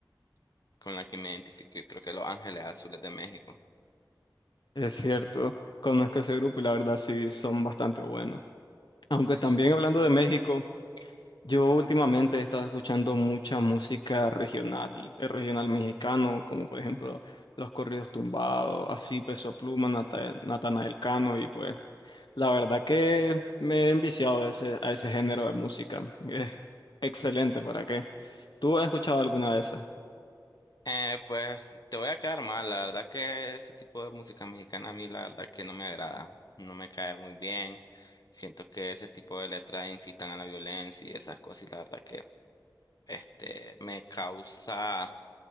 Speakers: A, on the left; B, on the left.
A: con la que me identifico, yo creo que Los Ángeles Azules de México.
B: Es cierto, conozco ese grupo y la verdad sí son bastante buenos. Aunque
A: Sí.
B: también
A: sí.
B: hablando de México, yo últimamente he estado escuchando mucha música regional, eh, regional mexicano, como por ejemplo los corridos tumbados, así Peso Pluma, Nata- Natanael Cano y pues la verdad que me he enviciado a ese, a ese género de música. Es excelente, ¿para qué? ¿Tú has escuchado alguna de esas?
A: Eh, pues te voy a quedar mal, la verdad que ese tipo de música mexicana a mí la verdad que no me agrada, no me cae muy bien. Siento que ese tipo de letras incitan a la violencia y esas cosas y la verdad que este me causa